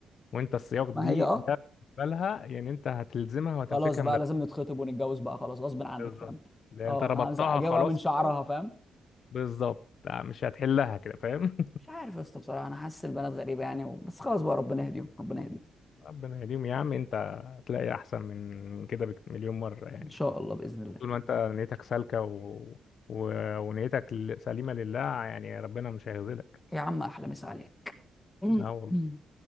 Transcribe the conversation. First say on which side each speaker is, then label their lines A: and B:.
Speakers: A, on the left; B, on the left.
A: وانت السياق دي
B: ما هي اه
A: ده بالنسبه لها يعني انت هتلزمها وهتمسكها
B: خلاص بقى
A: من ده
B: لازم نتخطب ونتجوز بقى خلاص غصب عنك
A: بالظبط
B: فاهم
A: لان
B: اه
A: انت ربطتها
B: همسك اجيبها
A: خلاص
B: من شعرها
A: كده
B: فاهم
A: بالظبط مش هتحلها كده فاهم
B: مش عارف يا اسطى بصراحه انا حاسس البنات غريبه يعني بس خلاص بقى ربنا يهديهم ربنا يهديهم
A: <laughs> ربنا يديم يا عم انت هتلاقي احسن من كده بك- مليون مره يعني
B: ان شاء الله باذن الله
A: طول ما انت نيتك سالكه و... و... ونيتك ل- سليمه لله يعني ربنا مش هيخذلك
B: يا عم احلى مسا عليك
A: لا والله
B: مم.